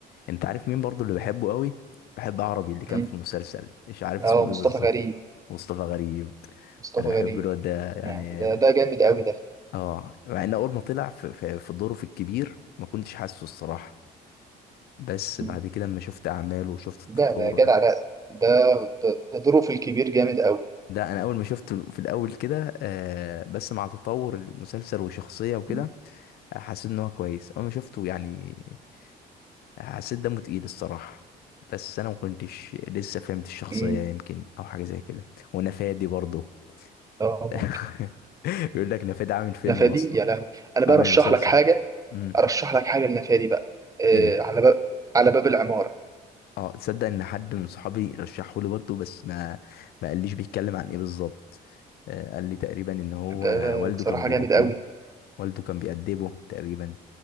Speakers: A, on the left; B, on the right.
A: انت عارف مين برضو اللي بحبه قوي بحب عربي اللي كان
B: مم.
A: في المسلسل مش عارف اسمه
B: اه
A: ايه
B: مصطفى
A: بالظبط
B: غريب
A: مصطفى غريب
B: مصطفى
A: انا بحب
B: غريب
A: الواد ده يعني
B: يعني ده ده جامد قوي ده
A: اه مع ان اول ما طلع في في في دوره في الكبير ما كنتش حاسه الصراحه بس
B: مم.
A: بعد كده اما شفت اعماله وشفت
B: ده
A: التطور
B: ده جدع ده ده ده, ده دوره في الكبير جامد قوي
A: ده انا اول ما شفته في الاول كده آه بس مع تطور المسلسل وشخصية وكده
B: مم.
A: حسيت ان هو كويس اول ما شفته يعني حسيت دمه تقيل الصراحة بس انا ما كنتش لسه فهمت الشخصية
B: مم.
A: يمكن او حاجة زي كده ونفادي برضه
B: اه
A: <laughs>
B: ممكن
A: بيقول لك نفادي عامل فيلم
B: نفادي
A: اصلا
B: يا لهوي انا بقى
A: عامل
B: ارشح
A: مسلسل
B: لك حاجه
A: امم
B: ارشح لك حاجه لنفادي بقى آه
A: ايه
B: على باب على باب العماره
A: اه تصدق ان حد من صحابي رشحه لي برضه بس ما ما قاليش بيتكلم عن ايه بالظبط آه، قال لي تقريبا ان هو
B: ده ده
A: والده
B: بصراحه
A: كان بيربيه
B: جامد قوي
A: والده كان بيأدبه تقريبا